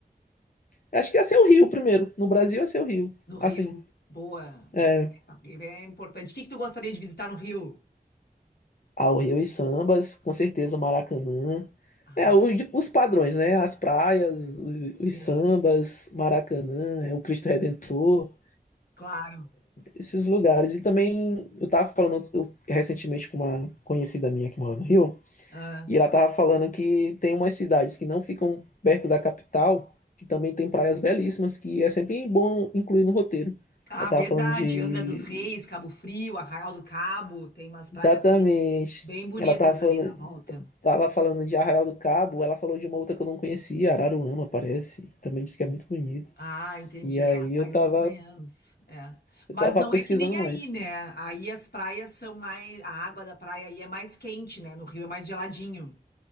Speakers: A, on the left; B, on the left.
A: Acho que ia ser o Rio primeiro. No Brasil ia ser o Rio.
B: no Rio.
A: Assim.
B: Boa, boa.
A: é.
B: O Rio é importante. O que que tu gostaria de visitar no Rio?
A: Ao Rio e sambas, com certeza o Maracanã.
B: Ah,
A: É, o- os padrões, né? As praias, o-
B: sim,
A: os sambas, Maracanã, é, o Cristo Redentor,
B: claro.
A: esses lugares. E também eu tava falando eu- recentemente com uma conhecida minha que mora no Rio,
B: Ah.
A: e ela tava falando que tem umas cidades que não ficam perto da capital, que também tem praias belíssimas, que é sempre bom incluir no roteiro.
B: Ah,
A: Ela tava
B: verdade.
A: falando de.
B: Angra dos Reis, Cabo Frio, Arraial do Cabo, tem umas praias
A: Exatamente.
B: bem, bem bonitas
A: Ela tava falando
B: ali na volta.
A: Tava falando de Arraial do Cabo, ela falou de uma outra que eu não conhecia, Araruama, parece. Também disse que é muito bonito.
B: Ah, entendi.
A: E aí
B: É, Essa
A: eu
B: eu
A: tava,
B: não conheço. É.
A: eu
B: Mas
A: tava
B: não
A: pesquisando
B: é que nem aí,
A: mais.
B: né? Aí as praias são mais. A água da praia aí é mais quente, né? No Rio é mais geladinho.